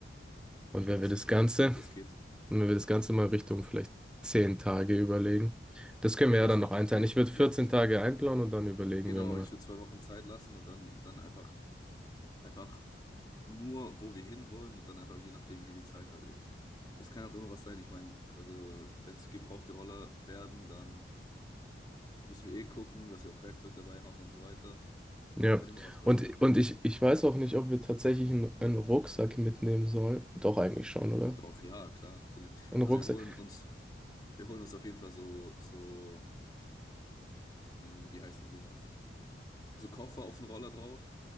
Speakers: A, in the centre; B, on the left (about 25°).
A: Und wenn
B: das
A: wir das
B: ist echt
A: Ganze
B: entspannt, das geht.
A: Und wenn wir das Ganze mal Richtung vielleicht zehn Tage überlegen. Das können
B: Ja,
A: wir ja
B: ich
A: dann
B: würde
A: noch einteilen.
B: einfach,
A: Ich würde 14
B: ja, ich
A: Tage
B: würde,
A: einplanen und dann überlegen
B: genau,
A: wir mal.
B: ich würde zwei Wochen Zeit lassen und dann, dann einfach, einfach nur, wo wir hinwollen und dann einfach je nachdem, wie die Zeit halt ist. Es kann auch immer was sein. Ich meine, also, wenn es gebrauchte Roller werden, dann müssen wir eh gucken, dass wir auch Werkzeug dabei haben und so weiter.
A: Ja.
B: Kann immer was passieren.
A: Und, und ich, ich weiß auch nicht, ob wir tatsächlich einen, einen Rucksack mitnehmen sollen. Doch, eigentlich schon, oder?
B: Doch, ja, klar, natürlich.
A: Einen Rucksack.
B: Also wir holen uns, wir holen uns auf jeden Fall so, so, hm, wie heißen die Dinger? So Koffer auf den Roller drauf.